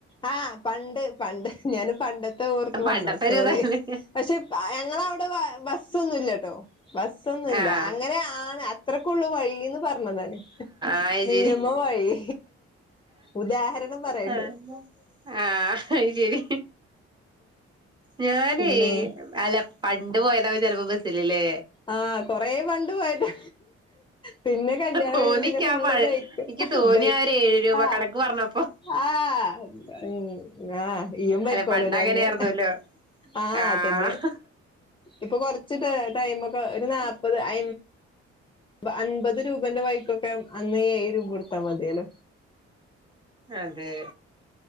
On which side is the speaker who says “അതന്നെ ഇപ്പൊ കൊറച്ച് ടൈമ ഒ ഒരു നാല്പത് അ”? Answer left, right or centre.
Left